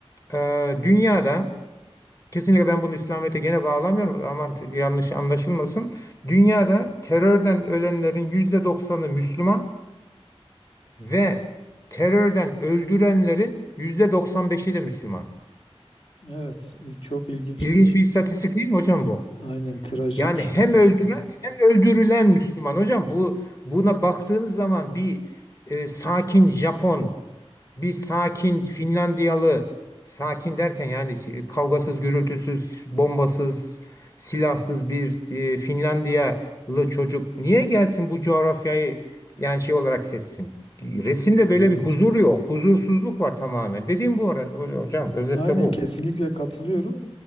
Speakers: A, on the left; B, on the left.
A: Ee, dünyada Kesinlikle ben bunu İslamiyet'e gene bağlamıyorum. ama yanlış anlaşılmasın. Dünyada terörden ölenlerin %90'ı Müslüman ve terörden öldürenlerin %95'i de Müslüman.
B: Evet, il- çok ilginç
A: İlginç
B: bir şey.
A: bir istatistik değil mi hocam bu?
B: Aynen trajik
A: Yani hem
B: bir
A: öldüren
B: şey. Evet.
A: hem öldürülen Müslüman. Hocam bu buna baktığınız zaman bir e, sakin Japon bir sakin Finlandiyalı sakin derken yani kavgasız, gürültüsüz, bombasız, silahsız bir e, Finlandiyalı çocuk niye gelsin bu coğrafyayı yani şey olarak seçsin? Resimde
B: Aynen,
A: böyle bir
B: evet.
A: huzur yok. Huzursuzluk var tamamen. Dediğim bu ara hocam özette
B: Aynen
A: bu.
B: kesinlikle katılıyorum.